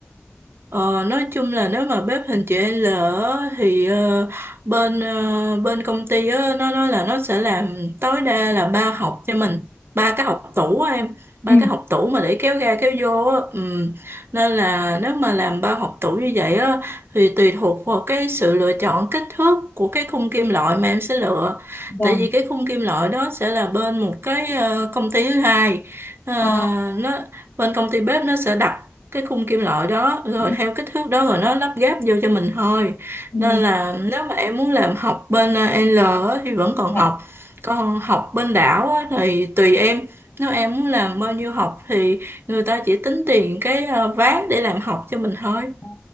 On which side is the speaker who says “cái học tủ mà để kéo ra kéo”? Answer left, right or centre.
Right